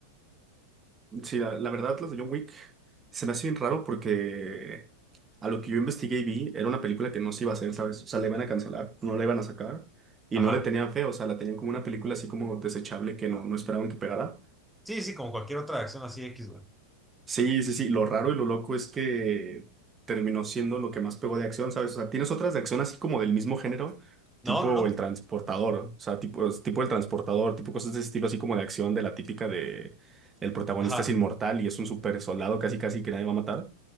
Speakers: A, on the right; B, in the centre.
A: Sí, la, la verdad, las de John Wick se me hace bien raro porque a lo que yo investigué y vi, era una película que no se iba a hacer, ¿sabes? O sea, la iban a cancelar, no la iban a sacar y
B: Ajá.
A: no le tenían fe, o sea, la tenían como una película así como desechable que no, no esperaban que pegara.
B: Sí, sí, como cualquier otra acción así X, güey.
A: Sí, sí, sí. Lo raro y lo loco es que terminó siendo lo que más pegó de acción, ¿sabes? O sea, tienes otras de acción así como del mismo género,
B: No,
A: tipo
B: no, no.
A: El Transportador, o sea, tipo, es- tipo El Transportador, tipo cosas de ese estilo así como de acción de la típica de el protagonista
B: Ajá.
A: es inmortal y es un super soldado casi casi que nadie va a matar.